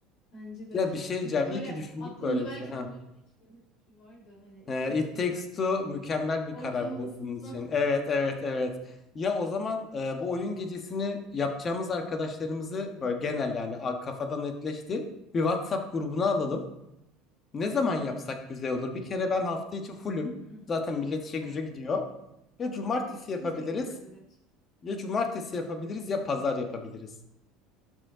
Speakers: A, on the left; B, on the left.
A: Bence de.
B: Ya bir şey diyeceğim.
A: Bir de böyle
B: İyi ki düşündük
A: aklımda
B: böyle
A: belki
B: bir şey. Ha.
A: onların meçleme fikri vardı. Hani It
B: Ee,
A: Takes
B: It
A: Two'da.
B: Takes
A: oynayan.
B: Two mükemmel bir
A: Ortamı
B: karar bu
A: ısıtma
B: bunun için. Evet, evet, evet. Ya o zaman e, bu oyun gecesini yapacağımız arkadaşlarımızı böyle genel yani a- kafadan netleşti. Bir WhatsApp grubuna alalım. Ne zaman
A: <laughs> olur.
B: yapsak güzel olur? Bir kere ben hafta içi fullüm.
A: <clears throat>
B: Zaten millet işe
A: Ha.
B: güce gidiyor. Ya cumartesi
A: Hafta içi kimse
B: yapabiliriz,
A: gelemez evet.
B: ya cumartesi yapabiliriz, ya pazar yapabiliriz.